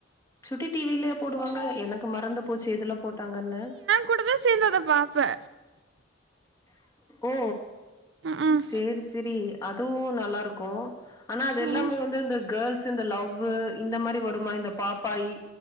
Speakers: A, on the left (about 15°); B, on the right (about 65°).
A: சுட்டி டிவிலயா போடுவாங்க எனக்கு மறந்து போச்சு எதுல போட்டாங்கன்னு
B: கூடவே சேந்து அத பாப்பே
A: ஓ
B: ம்
A: சேரி சேரி அதுவு நல்லாருக்கு ஆனா அது எல்லாமே
B: ம்
A: வந்து இந்த கேள்ஸ் இந்த லவ் இந்த மாரி வருமா இந்த பாப்பாய்